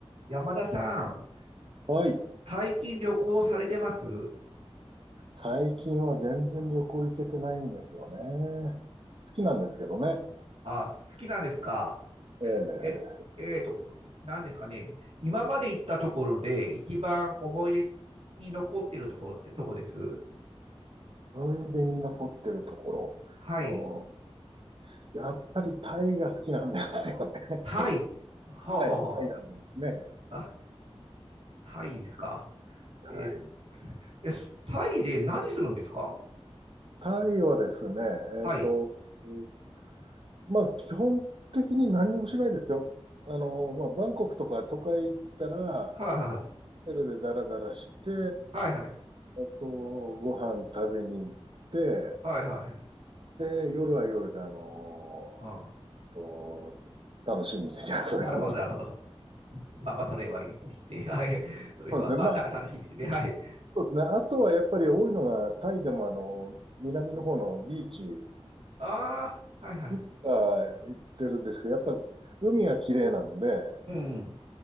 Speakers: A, on the right (about 75°); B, on the right (about 55°).
A: 山田さん、
B: はい。
A: 最近旅行されてます
B: 最近は全然旅行行けてないんですよね。好きなんですけどね。
A: あ、好きなんですか
B: ええ
A: え、えーと、何ですかね。今まで行ったところで一番思い出に残っているところってどこです
B: 思い出に残ってるところ。
A: はい。
B: うんやっぱりタイが好きなんですよね。
A: タイ。
B: <laughs>
A: はあ、
B: はい、
A: はあは
B: タイなんですね。
A: あ、あ、タイですか。
B: タイ。
A: え、え、タイで何するんですか
B: タイはですね、
A: はい。
B: えっと、うんまあ、基本的に何もしないですよ。あの、まあ、バンコクとか都会行ったら、
A: はいはい。
B: ホテルでダラダラして、
A: はいはい。
B: えっと、ご飯食べに行って、
A: はいはい。
B: で、夜は夜で、あの
A: ああ、
B: ーと、楽しみですね、それに。
A: なるほど、なるほど。まあまあ、それはいいとして。はい。
B: <laughs>
A: それはまあ、
B: そうですね。まあ、
A: なんか楽しいですよね。はい。
B: そうですね。あとはやっぱり多いのが、タイでもあの、南の方のビーチ、
A: ああ、はいはい。
B: いくつか行ってるんですけど、やっぱ海が綺麗なんで、
A: うん。